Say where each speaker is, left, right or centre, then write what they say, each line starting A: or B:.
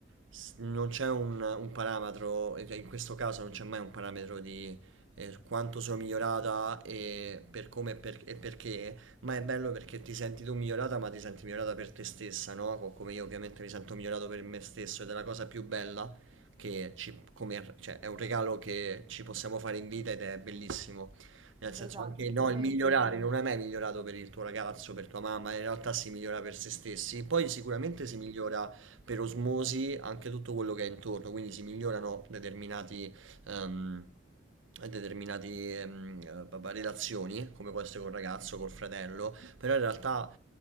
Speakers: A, on the right (about 80°); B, on the right (about 25°).
A: s- non c'è un, un parametro, e che in questo caso non c'è mai un parametro di eh, quanto sono migliorata e per come e, per- e perché, ma è bello perché ti senti tu migliorata, ma ti senti migliorata per te stessa, no? Co- Come io ovviamente mi sento migliorato per me stesso ed è la cosa più bella che ci- come- cioè, è un regalo che ci possiamo fare in vita ed è bellissimo. Nel senso
B: Esatto,
A: anche
B: perché
A: no,
B: poi
A: il migliorare
B: sì,
A: non è mai migliorato per il tuo ragazzo, per tua mamma, in realtà si migliora per se stessi. Poi sicuramente si
B: sì.
A: migliora per osmosi anche tutto quello che è intorno, quindi si migliorano determinati, ehm, determinati ehm, eh, papà, relazioni, come può essere col ragazzo, col fratello, però in realtà